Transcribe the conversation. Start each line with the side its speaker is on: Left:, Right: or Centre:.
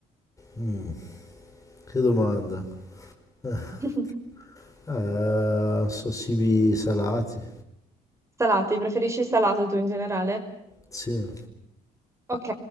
Left: Mm, che domanda. Eh,
Right: <laughs>
Left: eh, so cibi salati.
Right: Salati, preferisci il salato tu in generale?
Left: Sì.
Right: Ok,